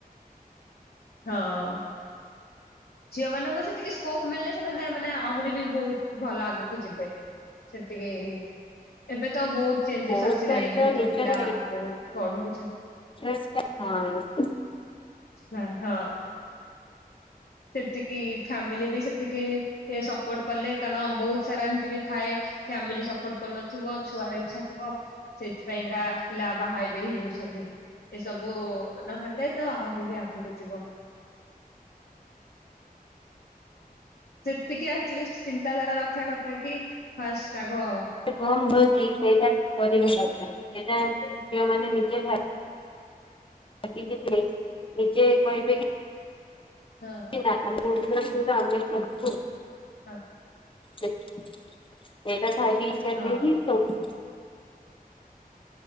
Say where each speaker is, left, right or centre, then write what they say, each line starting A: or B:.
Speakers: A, on the left (about 75°); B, on the left (about 35°).
A: ହଁ। ଝିଅ ମାନଙ୍କୁ ସେତିକି ସ୍କୋପ ମିଳିଲେ ସେମାନେ ମାନେ ଆହୁରି ବି ବହୁତ ଭଲ ଆଗକୁ ଯିବେ। ସେତିକି <inaudible> ଏବେ ତ ବହୁତ ଚେଞ୍ଜେସ୍
B: କୋଉ
A: ଆସିଲାଣି।
B: ସହିତ
A: ଏବେ ତ
B: ନିଜର
A: ପିଲା ବହୁତ ପଢୁ ବି ଛନ୍ତି।
B: <unintelligible>
A: ସ୍ପା ହଁ। ସେତିକି ଫ୍ୟାମିଲି ବି ସେତିକି ସପୋର୍ଟ କଲେ। କାରଣ ବହୁତ ସାରା ଏମିତି ବି ଥାଏ ଫ୍ୟାମିଲି ସପୋର୍ଟ କଚୁନଥିବ। ଛୁଆର ଇଚ୍ଛା ଥିବ ସେଇଥିପାଇଁକା ପିଲା ବାହା ବି ହେଇଯାଉଛନ୍ତି। ଏସବୁ ନହେଲେ ତ ଆହୁରି ବି ଆଗକୁ ଯିବ। ସେତିକି ଆଟଲିଷ୍ଟ ଚିନ୍ତାଧାରା ରଖିବା କଥା କି, <inaudible> ଫାଷ୍ଟ ଆଗ
B: କମ ହେଉଚି ସେଇଟା କରିବା ଦରକାର। ଏଟା ଝିଅ ମାନ ନିଜେ ଭାବି <unintelligible> ନିଜେ କହିବେ କି
A: ହଁ।
B: <unintelligible>
A: <unintelligible>
B: <unintelligible>
A: ହଁ